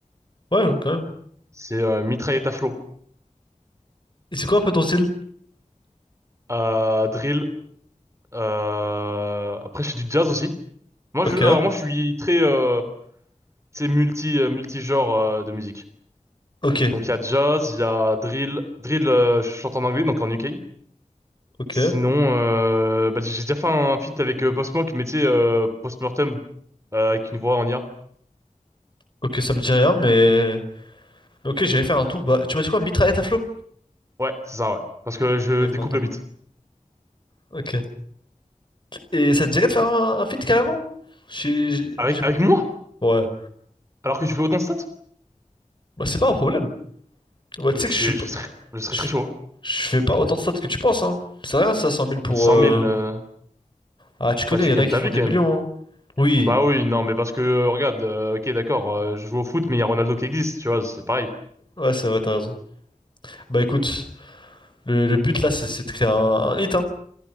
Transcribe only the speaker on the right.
C'est euh, mitraillette à flot,
euh, drill. Euh... Après, je fais du jazz aussi. Moi,
je, alors moi, je suis très euh, c'est multi euh, multi-genre euh, de musique.
Donc il y a jazz, il y a drill, drill euh, je chante en anglais donc en UK.
Sinon euh, bah, j'ai déjà fait un feat avec euh, Post Malone, mais tu sais euh, post-mortem euh, avec une voix en IA.
Ouais, c'est ça ouais. Parce que je
découpe
le beat.
Avec
avec moi?
Alors que je fais autant de stats?
Mais
je,
je serais je serais
très chaud. hein.
Bah, 100
000 euh,
bah tu
gagnes
ta
vie
quand
même.
Bah oui, non mais parce que euh, regarde, euh, OK d'accord, euh, je joue au foot mais il y a Ronaldo qui existe, tu vois, c'est pareil.